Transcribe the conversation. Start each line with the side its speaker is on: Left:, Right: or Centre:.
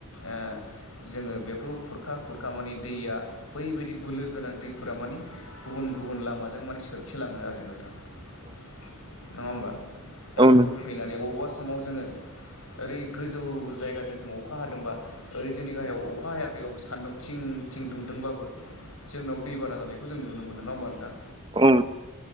Left: एह जोङो बेफोराव खुरखा खुरखा माने दैया बैबायदि बोलो गोनां दैफोरा माने गुबुन गुबुन लामाजों माने सोरखिलाङो आरो नोंथां नङा होमबा दा
Right: औ
Left: बेफोर
Right: नंगौ
Left: फैनानै अबावबा समाव जोङो ओरै गोजौ जायगाजों जों अखा हादोंबा ओरै जोंनि गाहायाव अखा हायाखैबाबो सान्दुं थिं थिं दुंदोंबाबो जोंनाव दैबाना जानायखौ जों नुनो मोनो नङा होमबा नोंथां
Right: औ